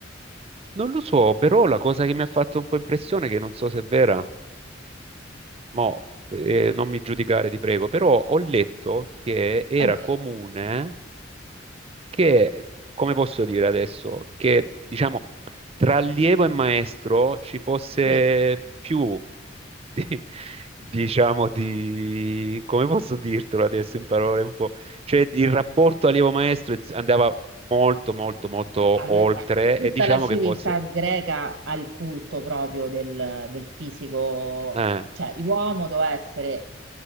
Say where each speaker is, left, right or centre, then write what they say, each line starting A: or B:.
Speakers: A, on the right (about 30°); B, on the right (about 75°).
A: Non lo so, però la cosa che mi ha fatto un po' impressione, che non so se è vera, mo, eh, non mi giudicare ti prego, però ho letto che era
B: Eh,
A: comune che, come posso dire adesso, che diciamo tra allievo e maestro ci fosse
B: sì.
A: più, <laughs> di- diciamo, di, come posso dirtelo adesso in parole un po', cioè il rapporto allievo-maestro andava molto, molto, molto
B: Allora,
A: oltre
B: tutta
A: e diciamo
B: la civiltà
A: che fosse...
B: greca ha il culto proprio del, del fisico,
A: eh,
B: cioè l'uomo doveva essere